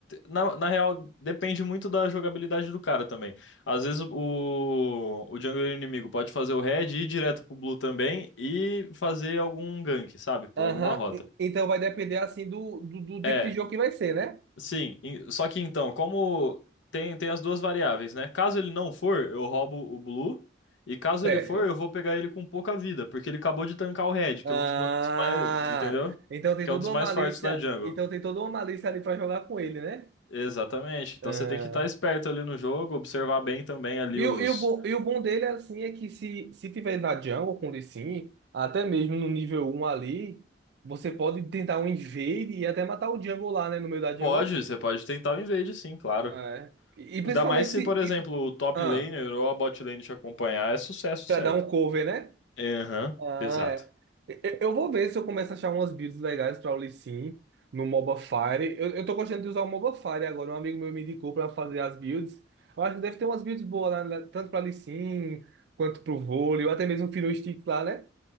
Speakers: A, on the left (about 80°); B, on the right (about 60°).
A: na, na real depende muito da jogabilidade do cara também. Às vezes o, o jungler inimigo pode fazer o red e ir direto pro blue também e fazer algum gank, sabe? Por
B: aham.
A: alguma rota.
B: E- Então vai depender assim do, do, do tipo
A: É,
B: de jogo que vai ser, né?
A: Sim, em- só que então, como tem, tem as duas variáveis, né? Caso ele não for, eu roubo o Blue. E caso
B: Certo.
A: ele for, eu vou pegar ele com pouca vida, porque ele acabou de tancar o Red,
B: Ah,
A: que é um dos bonecos mais, entendeu?
B: então tem
A: Que
B: toda
A: é um dos
B: uma
A: mais
B: malícia,
A: fortes da jungle.
B: então tem toda uma malícia ali pra jogar com ele, né?
A: Exatamente. Então
B: Ah,
A: você tem que estar esperto ali no jogo, observar bem também ali
B: e,
A: os.
B: o, e, o bom, e o bom dele assim é que se, se tiver na jungle com o Lee Sin, até mesmo no nível um ali, você pode tentar um invade e até matar o jungle lá, né, no meio da jungle.
A: Pode, você pode tentar o invade, sim, claro.
B: Ah, É. E, e principalmente
A: Ainda mais se,
B: se.
A: por exemplo,
B: E,
A: o top
B: ah,
A: laner ou a bot lane te acompanhar, é sucesso,
B: pra
A: certo?
B: dar um cover, né?
A: Aham,
B: Ah,
A: exato.
B: é. Eu, eu vou ver se eu começo a achar umas builds legais pra o Lee Sin no moba Fire. Eu, eu tô gostando de usar o Mobile Fire agora. Um amigo meu me indicou pra fazer as builds. Eu acho que deve ter umas builds boas lá, né? tanto pra Lee Sin, quanto pro vôlei, ou até mesmo o Stick lá, né?